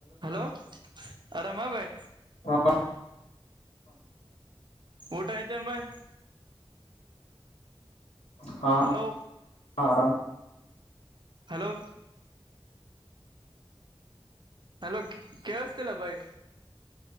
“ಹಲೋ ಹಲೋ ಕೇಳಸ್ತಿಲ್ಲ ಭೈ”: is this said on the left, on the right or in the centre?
Right